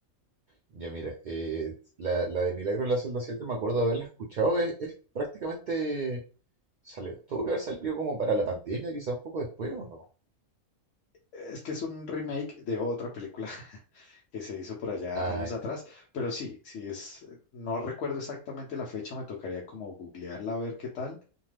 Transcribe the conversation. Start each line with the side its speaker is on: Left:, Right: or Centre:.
Right: ya mira, eh, la, la de Milagro en la celda 7 me acuerdo de haberla escuchado, es, es prácticamente Salió, tuvo que haber salido como para la pandemia, quizás un poco después, ¿o no?
Left: Es que es un remake de otra película <laughs> que se hizo por allá
Right: Ah,
Left: años
Right: ya,
Left: atrás, pero sí, sí es, no recuerdo exactamente la fecha, me tocaría como googlearla a ver qué tal